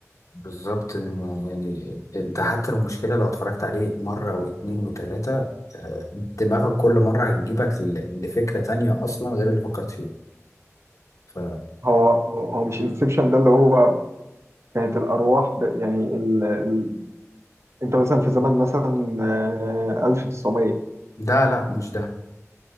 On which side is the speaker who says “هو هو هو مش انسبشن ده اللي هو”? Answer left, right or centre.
Right